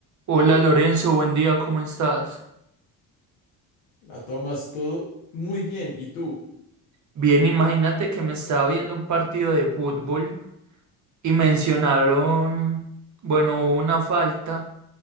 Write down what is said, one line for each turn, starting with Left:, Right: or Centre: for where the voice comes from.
Right: Hola Lorenzo, buen día, ¿cómo estás?
Left: La tomas todo muy bien. ¿Y tú?
Right: Bien, imagínate que me estaba viendo un partido de fútbol y mencionaron, bueno, hubo una falta